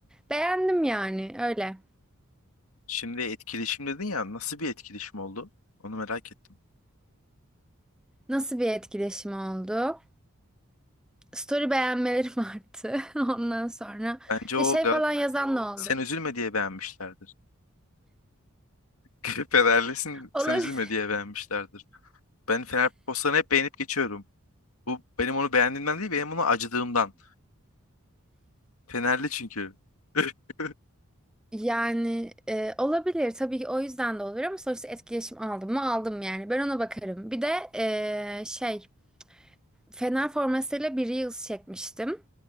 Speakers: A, in the centre; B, on the left.
A: Beğendim yani öyle.
B: Şimdi etkileşim dedin ya. Nasıl bir etkileşim oldu? Onu merak ettim.
A: Nasıl bir etkileşim oldu? Story beğenmelerim <laughs> arttı. Ondan sonra
B: Bence o
A: ya şey
B: Gal
A: falan yazan da
B: sen
A: oldu.
B: üzülme diye beğenmişlerdir. <laughs> Fenerlisin
A: Efendim,
B: sen üzülme diye beğenmişlerdir. Ben Fener postlarını hep beğenip geçiyorum. Bu benim onu beğendiğimden değil benim onu acıdığımdan. Fenerli çünkü. <laughs>
A: Yani e, olabilir tabii ki o yüzden de olabilir ama sonuçta etkileşim aldım mı aldım yani ben ona bakarım. Bir de e, şey Fener formasıyla bir Reels çekmiştim.